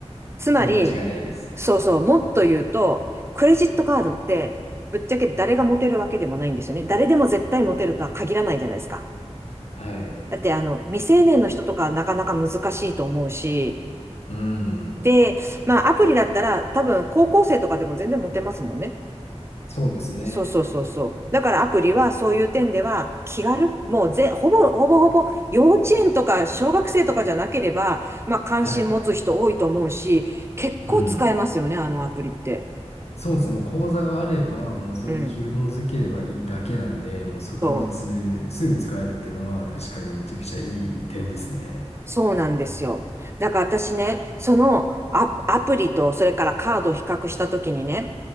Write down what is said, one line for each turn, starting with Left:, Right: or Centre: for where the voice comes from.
Right: つまり、
Left: それは間違いないです。
Right: そうそう、もっと言うと、クレジットカードって、ぶっちゃけ誰が持てるわけでもないんですよね。誰でも絶対持てるとは限らないじゃないですか。
Left: はい。
Right: だって、あの、未成年の人とかなかなか難しいと思うし、
Left: うん。
Right: で、まあ、アプリだったら、多分、高校生とかでも全然持てますもんね。
Left: そうですね。
Right: そうそうそうそう。だからアプリはそういう点では気軽、もうぜ、ほぼ、ほぼほぼ幼稚園とか小学生とかじゃなければ、まあ関心持つ人多いと思うし、
Left: はい。
Right: 結構使えますよね、
Left: うん。
Right: あのアプリって。
Left: そうですね。もう口座があれば、もうそれに紐づければいいだけなんで、
Right: うん。
Left: もう即日すぐ使えるっていうのは確かにめちゃくちゃいい点ですね。
Right: そう、そうなんですよ。
Left: うん。
Right: だから私ね、そのア、アプリとそれからカードを比較したときにね、